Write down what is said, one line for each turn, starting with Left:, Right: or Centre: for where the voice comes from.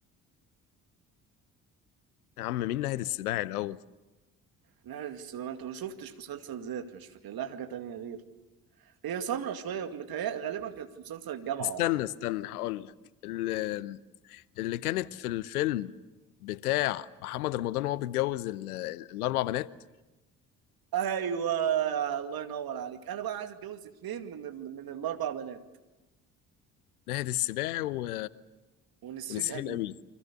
Left: يا عم مين ناهد السباعي الاول
Right: نهر السلامه انت ما شفتش مسلسل ذات مش فاكر لها حاجه تانية غير هي سمرة شويه ومتهيأ غالبا كانت في مسلسل الجامعه
Left: استنى
Right: اه
Left: استنى هقول لك اللي, اللي كانت في الفيلم بتاع محمد رمضان وهو بيتجوز ال- الاربع بنات
Right: ايوه الله ينور عليك انا بقى عايز اتجوز اتنين من ال... من الاربع بنات
Left: ناهد السباعي و...
Right: ونسرين
Left: ونسرين
Right: امين
Left: امين